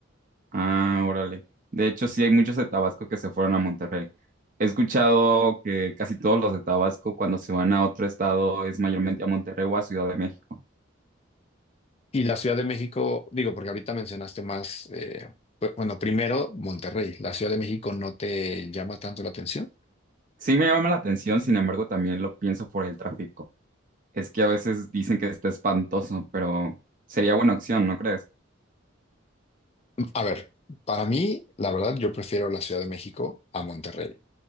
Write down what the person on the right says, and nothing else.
Ah, órale. De hecho, sí hay muchos de Tabasco que se fueron a Monterrey. He escuchado que casi todos los de Tabasco cuando se van a otro estado es mayormente a Monterrey o a Ciudad de México.
Sí me llama la atención, sin embargo, también lo pienso por el tráfico. Es que a veces dicen que está espantoso, pero sería buena opción, ¿no crees?